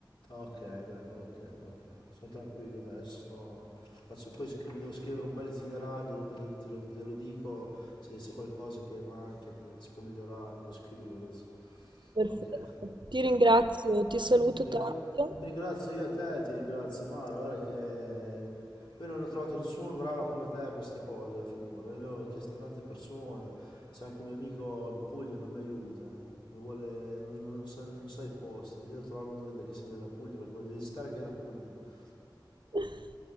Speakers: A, on the left (about 80°); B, on the right (about 70°).
A: Ah, Ok, dai, ok, ok. Sono tranquillo, dai, adesso sto... Adesso poi sc- mi devo scrivere un bel itinerario, dopo te, te lo, te lo dico se c'è qualcosa che manca, che si può migliorare, lo scrivo adesso.
B: Perfetto.
A: Ok.
B: Ti ringrazio, ti saluto
A: Ringra-
B: tanto.
A: ti ringrazio io a te, ti ringrazio Mara, guarda che poi non ho trovato nessuno bravo come te per queste cose finora, le ho chiesto a tante persone, c'è anche un mio amico in Puglia, non mi aiuta, eh. Mi vuole, non, non sa, non sa i posti, devo trovare uno delle- che sia della Puglia perché voglio visitare anche la Puglia.
B: <laughs>